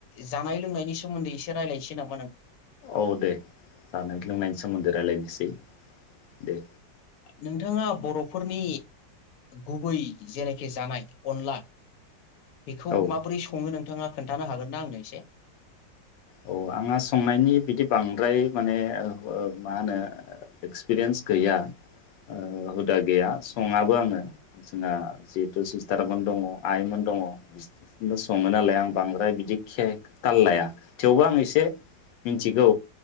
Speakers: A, on the left (about 65°); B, on the left (about 80°).
A: जानाय लोंनाय नि सोमोन्दै एसे रायलायनोसै नामा
B: औ दे जानाय लोंनायनि सोमोन्दै रायलायनोसै दे
A: नोंथाङा बरफोरनि गुबै जेरैखि जानाय अनला बेखौ
B: औ
A: माबोरै सङो नोंथाङा खोनथानो हागोन ना आंनो एसे
B: औ आंहा संनायनि बिदि बांद्राय माने ओ मा होनो एक्सपिरियेन्स गैया ओ हुदा गैया सङाबो आङो जोंना जिहेथु सिस्टारमोन दङ आइमोन दङ बि सङो नालाय आं बांद्राय बिदि खे ताल लाया थेवबो आं एसे मिनथिगौ